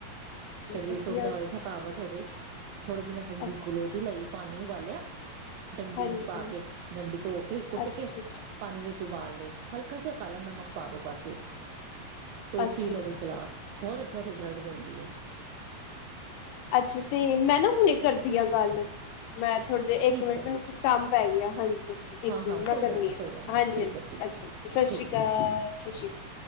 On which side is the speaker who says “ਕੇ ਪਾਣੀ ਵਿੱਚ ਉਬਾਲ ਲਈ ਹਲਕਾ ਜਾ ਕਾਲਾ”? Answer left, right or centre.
Right